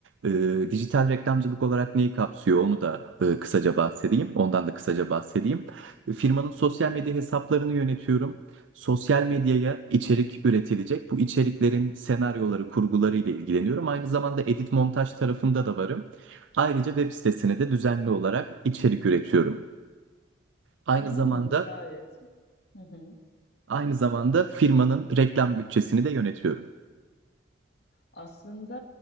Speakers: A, on the right; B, on the left.
A: E, dijital reklamcılık olarak neyi kapsıyor onu da e, kısaca bahsedeyim. Ondan da kısaca bahsedeyim. Firmanın sosyal medya hesaplarını yönetiyorum. Sosyal medyaya içerik üretilecek. Bu içeriklerin senaryoları, kurguları ile ilgileniyorum. Aynı zamanda edit montaj tarafında da varım. Ayrıca web sitesine de düzenli olarak içerik üretiyorum. Aynı
B: Hmm,
A: zamanda
B: gayet. Hı hı.
A: aynı zamanda firmanın reklam bütçesini de yönetiyorum.
B: Aslında